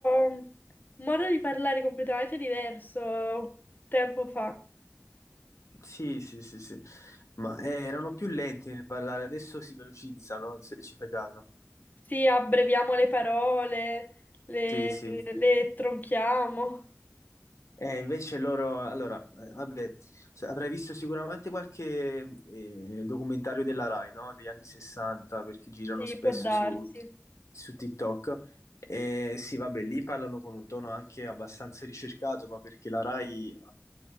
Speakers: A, on the left; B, on the left.
A: un modo di parlare completamente diverso tempo fa.
B: Sì, sì, sì, sì, ma eh, erano più lenti nel parlare, adesso si velocizzano, se ci fai caso.
A: Sì, abbreviamo le parole, le,
B: Sì, sì.
A: le tronchiamo.
B: Eh, invece loro, allora, eh, vabbè, s- avrai visto sicuramente qualche eh, documentario della Rai, no? Degli anni 60, perché girano
A: Sì,
B: spesso
A: può darsi.
B: su, su TikTok. Eh, sì, vabbè, lì parlano con un tono anche abbastanza ricercato, ma perché la Rai